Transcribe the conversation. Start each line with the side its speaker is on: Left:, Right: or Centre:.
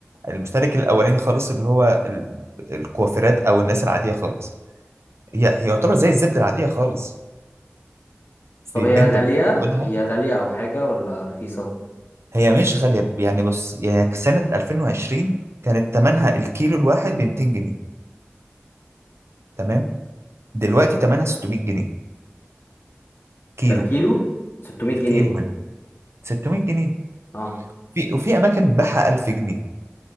Right: المستهلك الاولاني خالص اللي هو ال- الكوافيرات او الناس العاديه خالص هي هي يعتبر زي الزبده العاديه خالص في
Left: طب
Right: البنت
Left: هي غالية
Right: ممكن تاخدها
Left: هي غالية أو حاجة ولا رخيصة
Right: هي مش غالية يعني بص يعني سنة 2020 كانت تمنها الكيلو الواحد ب 200 جنيه تمام دلوقتي تمنها 600 جنيه كيلو
Left: ده الكيلو 600
Right: الكيلو
Left: جنيه
Right: منها 600 جنيه
Left: اه
Right: في وفي أماكن بتبيعها 1000 جنيه